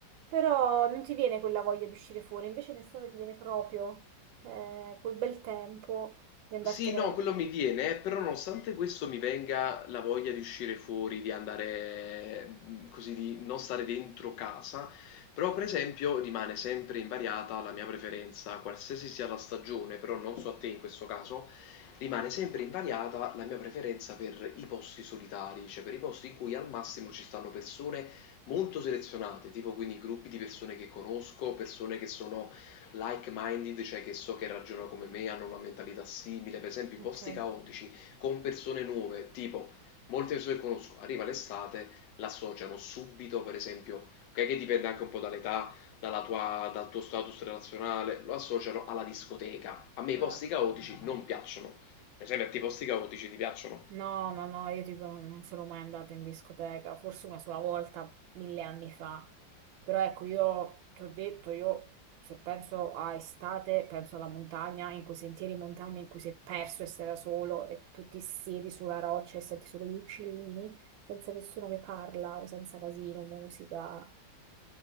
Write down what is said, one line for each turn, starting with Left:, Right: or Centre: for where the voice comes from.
Right: però non ti viene quella voglia di uscire fuori, invece in estate ti viene proprio eh, quel bel tempo di andartene.
Left: Sì, no, quello mi viene, eh, però nonostante questo mi venga la voglia di uscire fuori, di andare, mh, così, di non stare dentro casa, però per esempio rimane sempre invariata la mia preferenza, qualsiasi sia la stagione, però non so a te in questo caso, rimane sempre invariata la mia preferenza per i posti solitari, cioè per i posti in cui al massimo ci stanno persone molto selezionate, tipo quindi gruppi di persone che conosco, persone che sono like-minded, cioè che so che ragionano come me, hanno una mentalità simile, per esempio
Right: Ok.
Left: i posti caotici con persone nuove, tipo molte persone che conosco, arriva l'estate, l'associano subito, per esempio, ok, che dipende anche un po' dall'età, dalla tua- dal tuo status relazionale, lo associano alla discoteca. A me i
Right: eh.
Left: posti caotici non piacciono. Per esempio, a te i posti caotici ti piacciono?
Right: No, no, no, io tipo non, non sono mai andata in discoteca, forse una sola volta, mille anni fa. Però ecco, io ti ho detto, io se penso a estate, penso alla montagna, in quei sentieri in montagna in cui sei perso e sei da solo e tu ti siedi sulla roccia e senti solo gli uccellini, senza nessuno che parla o senza casino, musica.